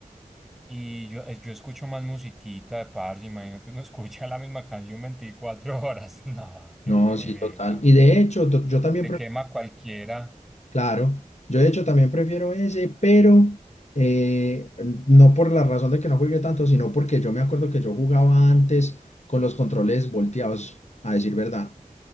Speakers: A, in the centre; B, on the left.
A: Y yo, es- yo escucho más musiquita de parce, imagínate, uno <laughs> escucha la misma canción 24 horas. <laughs> No, qué
B: no,
A: pereza.
B: sí, total. Y de hecho, to- yo también
A: Te quema cualquiera.
B: Claro, yo de hecho también prefiero ese, pero eh, no por la razón de que no jugué tanto, sino porque yo me acuerdo que yo jugaba antes con los controles volteados, a decir verdad.